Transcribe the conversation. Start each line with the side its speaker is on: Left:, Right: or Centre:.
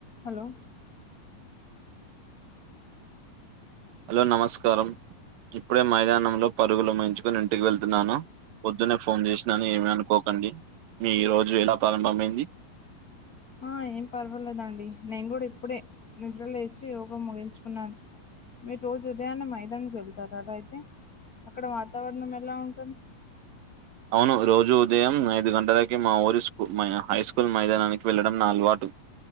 Left: hello
Right: hello నమస్కారం ఇప్పుడే మైదానంలో పరుగులు ముగించుకుని ఇంటికి వెళ్తున్నాను పొద్దునే ఫోన్ చేసినాను ఏమి అనుకోకండి మీ ఈ రోజు ఎలా ప్రారంభమైంది
Left: ఆ ఏం పర్వాలేదండి నేను కూడా ఇప్పుడే నిద్రలే లేచి యోగ ముగించుకున్నాను మీరు రోజు ఉదయాన్నె మైదానికి వెళ్తారారా అయితే అక్కడ వాతావరణం ఎలా ఉంటుం
Right: అవును రోజు ఉదయం ఐదు గంటలకి మాఊరి స్కూ హైస్కూల్ మైదానానికి వెళ్ళడం నా అలవాటు